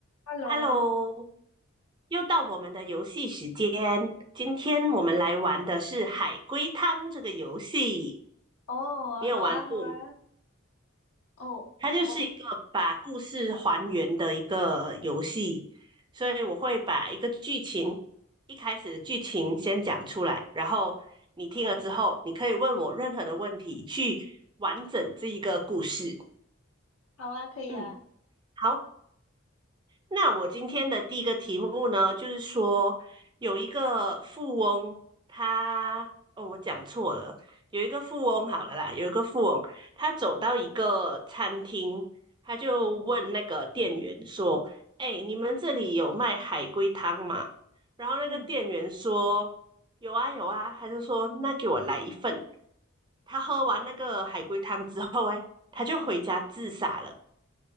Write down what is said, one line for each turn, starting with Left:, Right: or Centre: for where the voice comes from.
Left: Hello，
Right: Hello，又到我们的游戏时间。今天我们来玩的是海龟汤这个游戏，
Left: 哦，
Right: 你有玩过吗？
Left: 好啊，好啊，哦，
Right: 它就是一个把故事还原的一个游戏，
Left: 哇，
Right: 所以我会把一个剧情，一开始的剧情先讲出来，然后你听了之后，你可以问我任何的问题，去完整这一个故事。
Left: 好啊，可以啊，
Right: 嗯，好。那我今天的第一个题目呢，就是说有一个富翁，他哦，我讲错了，有一个富翁好了啦，有一个富翁，他走到一个餐厅，他就问那个店员说：“哎，你们这里有卖海龟汤吗？”然后那个店员说：
Left: 嗯，
Right: “有啊，有啊。”他就说：“那给我来一份。”他喝完那个海龟汤之后，哎，他就回家自杀了。